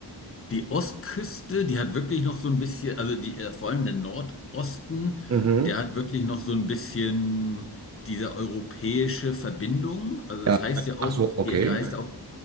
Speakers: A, on the left; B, on the right.
A: Die Ostküste, die hat wirklich noch so ein bisschen, also die, äh, vor allem der Nordosten,
B: Mhm.
A: der hat wirklich noch so ein bisschen diese europäische Verbindung. Also
B: Ja.
A: das heißt ja auch,
B: Ach so, okay.
A: die Ecke heißt ja auch,